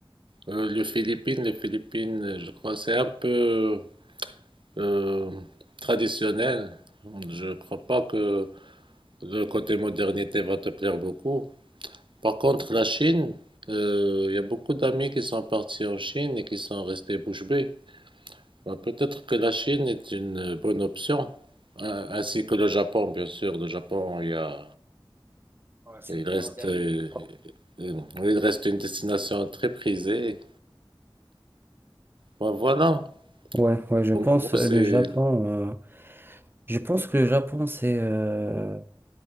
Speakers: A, on the right; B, on the right.
A: euh, les Philippines, les Philippines, je crois, c'est un peu euh, traditionnel. Je crois pas que le côté modernité va te plaire beaucoup. Par contre, la Chine, euh, il y a beaucoup d'amis qui sont partis en Chine et qui sont restés bouche bée. Bah, peut-être que la Chine est une bonne option, hein, ainsi que le Japon, bien sûr. Le Japon, il y a
B: Ouais, c'est
A: Il
B: très
A: reste,
B: moderne.
A: euh,
B: le Japon.
A: euh, il reste une destination très prisée. Bon, voilà.
B: Ouais, ouais, je
A: En
B: pense
A: gros,
B: euh,
A: c'est
B: le Japon. euh, je pense que le Japon, c'est euh,